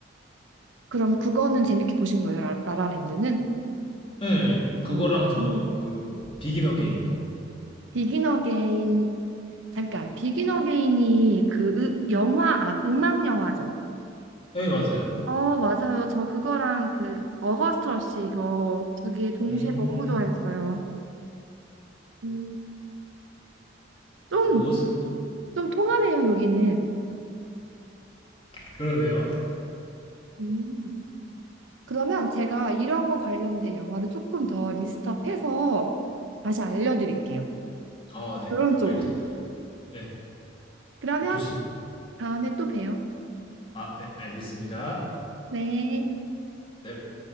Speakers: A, on the right; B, on the left.
A: 그럼 그거는 재밌게 보신 거예요, 라- 라라랜드는?
B: 예, 예, 그거랑
A: 어,
B: 저
A: 오.
B: 그 비긴 어게인도.
A: 비긴 어게인, 잠깐, 비긴 어게인이 그 으- 영화, 아, 음악 영화죠.
B: 예, 맞아요.
A: 어, 맞아요. 저 그거랑 그 어거스트 러쉬 이거 두 개 동시에
B: 음,
A: 너무 좋아했어요. 음, 좀,
B: 오, 오스.
A: 좀 통하네요, 여기는.
B: 그러네요.
A: 음. 그러면 제가 이런 거 관련된 영화를 조금 더 리스트업해서 다시 알려드릴게요.
B: 아, 네,
A: 이런 쪽으로.
B: 알겠습니다. 네,
A: 그러면
B: 좋습니다.
A: 다음에 또 봬요.
B: 아, 네, 알겠습니다.
A: 네.
B: 네.